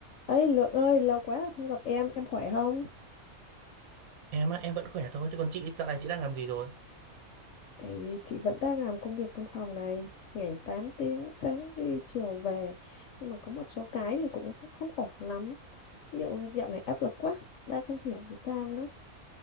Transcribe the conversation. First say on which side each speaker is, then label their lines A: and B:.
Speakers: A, on the left (about 65°); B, on the right (about 80°).
A: ấy Lượng ơi, lâu quá không gặp em, em khỏe không?
B: Em á, em vẫn khỏe thôi. Thế còn chị, dạo này chị đang làm gì rồi?
A: Thì chị vẫn đang làm công việc văn phòng này, ngày 8 tiếng, sáng đi chiều về. Nhưng mà có một số cái thì cũng không ổn lắm. Ví dụ dạo này áp lực quá, đang không hiểu vì sao nữa.